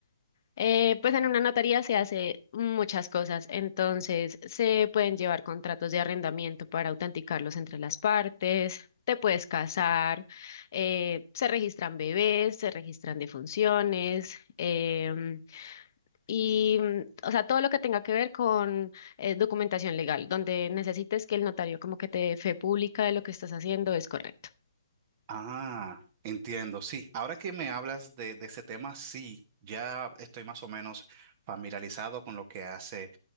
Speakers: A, on the left; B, on the right.
A: Eh, pues en una notaría se hace muchas cosas, entonces se pueden llevar contratos de arrendamiento para autenticarlos entre las partes, te puedes casar, eh, se registran bebés, se registran defunciones, em, y mm, o sea, todo lo que tenga que ver con eh, documentación legal, donde necesites que el notario como que te dé fe pública de lo que estás haciendo es correcto.
B: Ah, entiendo, sí. Ahora que me hablas de, de ese tema, sí, ya estoy más o menos familiarizado con lo que hace